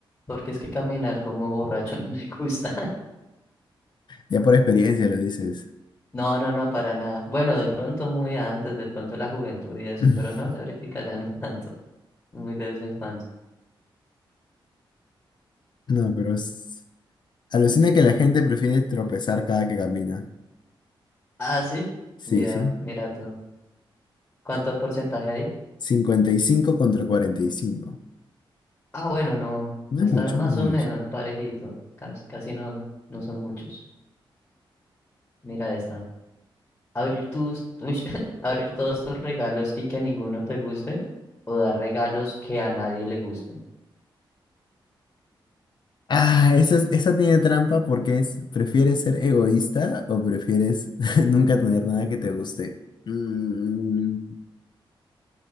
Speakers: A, on the left; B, on the left.
A: porque es que caminar como borracho <laughs> no me gusta.
B: Ya por experiencia lo dices.
A: No, no, no, para nada. Bueno, de pronto muy antes, de pronto la juventud y eso,
B: <laughs>
A: pero no, ya
B: <clears throat>
A: ahorita ya no <laughs> tanto, muy de vez en cuando.
B: No, pero es- alucina que la gente prefiere tropezar cada que camina.
A: Ah, sí,
B: Sí,
A: mira,
B: sí.
A: mira tú. ¿Cuánto porcentaje hay?
B: 55 contra 45.
A: Ah, bueno, no,
B: No
A: está
B: es mucho,
A: más
B: no
A: o
B: es mucho.
A: menos parejito, casi, casi no, no son muchos. Mira esta. Abrir tus, uy, <laughs> abrir todos tus regalos y que ninguno te guste, o dar regalos que a nadie le gusten.
B: Ah, esa, es- esa tiene trampa porque es, ¿prefieres ser egoísta o prefieres <laughs> nunca tener nada que te guste? Mm,